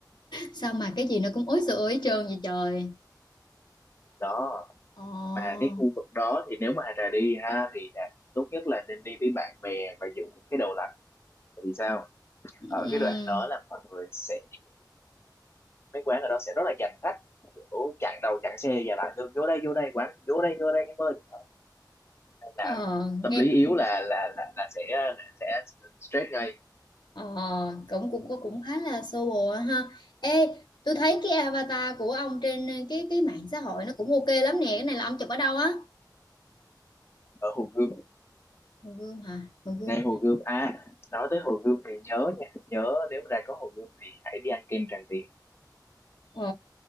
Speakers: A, on the left; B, on the left.
A: sao mà cái gì nó cũng ối sửa ối trơn vậy trời
B: đó
A: Ồ,
B: mà cái khu vực đó thì nếu mà Hà Trà đi ha thì Hà tốt nhất là nên đi với bạn bè và dựng một cái đầu lạnh thì sao
A: ừm,
B: ở cái đoạn đó là mọi người sẽ mấy quán ở đó sẽ rất là giành khách kiểu chặn đầu chặn xe và lại "Được, vô đây vô đây quán vô đây vô đây em ơi Đó, nên là
A: ờ,
B: tâm
A: nghe
B: lý yếu là là là, là sẽ là sẽ stress ngay
A: ờ, cũng cũng cũng cũng khá là sơ bộ ha. Ê, tôi thấy cái avatar của ông trên cái cái mạng xã hội nó cũng ok lắm nè. Cái này là ông chụp ở đâu á?
B: ở Hồ Gươm
A: Hồ Gươm hả? Hồ Gươm.
B: ngay Hồ Gươm à nói tới Hồ Gươm thì nhớ nha nhớ nếu mà ra có Hồ Gươm thì hãy đi ăn kem Tràng Tiền
A: Ồ,